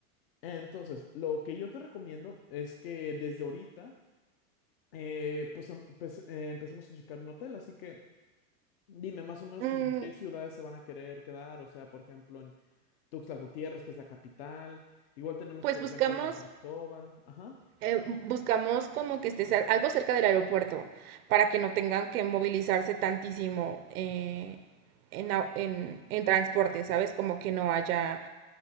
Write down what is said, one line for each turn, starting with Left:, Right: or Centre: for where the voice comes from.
Left: Entonces, lo que yo te recomiendo es que desde ahorita eh, pues em- pues, eh, empecemos a checar un hotel, así que dime más o menos
Right: Mm,
Left: como en qué ciudades se van a querer quedar, o sea, por ejemplo, en Tuxtla Gutiérrez, que es la capital. Igual tenemos,
Right: pues
Left: por
Right: buscamos
Left: ejemplo, San Cristóbal. Ajá.
Right: eh, buscamos como que esté cer- algo cerca del aeropuerto para que no tengan que movilizarse tantísimo eh, en, au- en- en transporte, ¿sabes? Como que no haya...